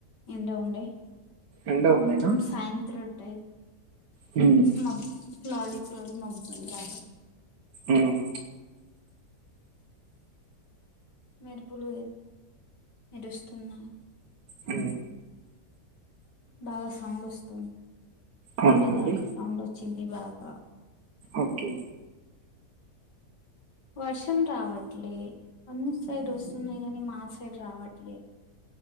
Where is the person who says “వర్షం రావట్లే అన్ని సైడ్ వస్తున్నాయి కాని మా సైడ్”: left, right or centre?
Left